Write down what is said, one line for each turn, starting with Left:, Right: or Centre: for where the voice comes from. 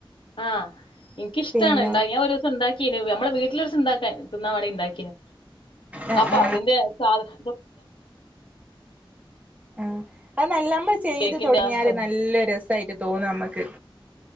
Left: ആഹ് ഇനിക്കിഷ്ടാണ്
Right: പിന്നെ
Left: ന്താ ഞാൻ ഒരുസം ഇണ്ടാക്കീനു നമ്മളെ വീട്ടിൽ ഒരുസണ്ടാക്കാൻ തിന്നാ വണേ ഇണ്ടാക്കിനു
Right: ആ
Left: അപ്പൊ
Right: ആ
Left: അതിന്റെ സാധ <unintelligible>
Right: ആഹ് അ നല്ല നമ്മൾ ചെയ്ത്
Left: കേക്കിന്റെ
Right: തുടങ്ങിയാല്
Left: ആ ഇത്
Right: നല്ല രസാ ആയിട്ട് തോന്ന നമ്മക്ക്